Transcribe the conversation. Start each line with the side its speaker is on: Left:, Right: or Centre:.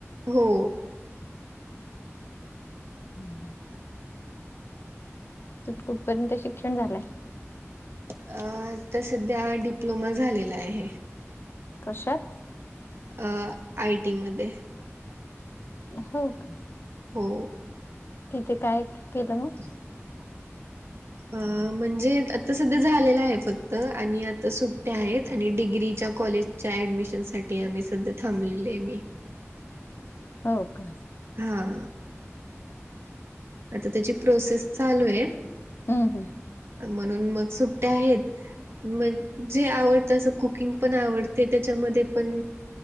Right: हो!
Left: <inaudible> कुठपर्यंत शिक्षण झालंय?
Right: अ आता सध्या डिप्लोमा झालेला आहे.
Left: कशात?
Right: अ आय टी मध्ये.
Left: हो का?
Right: हो!
Left: तिथे काय केलं मग?
Right: <inaudible> अ म्हणजे आता सध्या झालेलं आहे. फक्त आणि आता सुट्ट्या आहेत आणि डिग्रीच्या कॉलेज च्या ॲडमिशनसाठी आम्ही सध्या थांबलेली आहे मी.
Left: हो का?
Right: हा! आता त्याची प्रोसेस चालू आहे.
Left: हम्म हम्म!
Right: म्हणून मग सुट्ट्या आहेत. मग जे आवडत असं कुकिंग पण आवडते त्याच्यामध्ये पण